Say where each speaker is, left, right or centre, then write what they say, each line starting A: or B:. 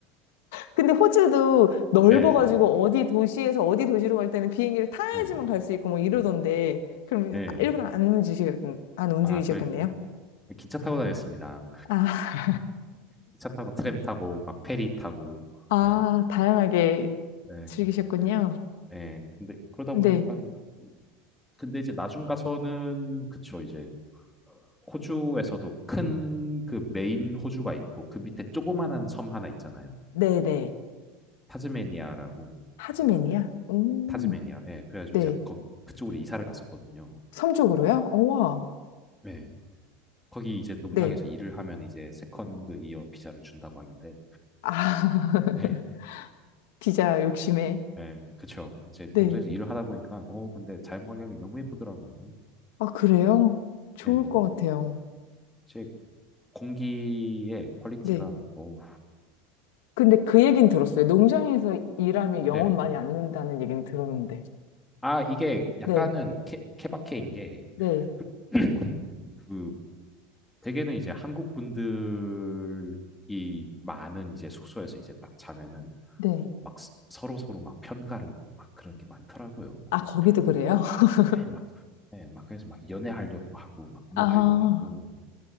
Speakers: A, on the left (about 75°); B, in the centre.
A: 근데 호주도 넓어가지고
B: 예,
A: 어디 도시에서 어디 도시로 갈 때는 비행기를 타야지만
B: 예,
A: 갈 수 있고 뭐 이러던데,
B: 예.
A: 그럼
B: 예.
A: 일부러 안 움직이셨, 안 움직이셨겠네요?
B: 아, 그 기차 타고 다녔습니다.
A: 아,
B: 기차 타고 트램 타고 막 페리 타고.
A: 아,
B: 예.
A: 다양하게
B: 예.
A: 즐기셨군요.
B: 예. 근데 그러다
A: 네,
B: 보니까는 근데 이제 나중 가서는 그쵸 이제 호주에서도 큰 그 메인 호주가 있고 그 밑에 조그만한 섬 하나 있잖아요.
A: 네네.
B: 타즈메니아라고
A: 하즈맨이야?
B: 이제
A: 음,
B: 타즈메니아. 예. 그래가지고
A: 네.
B: 제가 거, 그쪽으로 이사를 갔었거든요.
A: 섬 쪽으로요? 우와.
B: 예. 거기 이제 농장에서
A: 네.
B: 일을 하면 이제 세컨드 이어 비자를 준다고 하길래
A: 아,
B: 예.
A: <laughs> 피자 욕심에.
B: 예, 그쵸. 이제
A: 네.
B: 농장에서 일을 하다 보니까, 어, 근데 자연 광경이 너무 예쁘더라고요.
A: 아, 그래요? 좋을
B: 예,
A: 것 같아요.
B: 제 공기의 퀄리티가,
A: 네.
B: 어
A: 근데 그 얘긴 들었어요. 농장에서 일하면 영혼
B: 네네.
A: 많이 안 는다는 얘긴 들었는데.
B: 아, 이게 약간은
A: 네.
B: 케, 케바케인 게,
A: 네.
B: <clears throat> 그, 대개는 이제 한국 분들이 많은 이제 숙소에서 이제 딱 자면은
A: 네.
B: 막 스- 서로 서로 막 편가르고 막 그런 게 많더라고요.
A: 아,
B: 막,
A: 거기도 그래요? <laughs>
B: 예, 막, 예, 막 그래서 막 연애하려고 하고 막 뭐
A: 아,
B: 하려고 하고